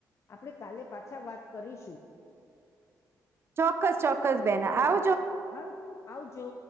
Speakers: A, on the left (about 45°); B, on the right (about 35°).
A: આપણે કાલે પાછા વાત કરીશું
B: ચોક્કસ ચોક્કસ બેન આવ
A: હા આવજો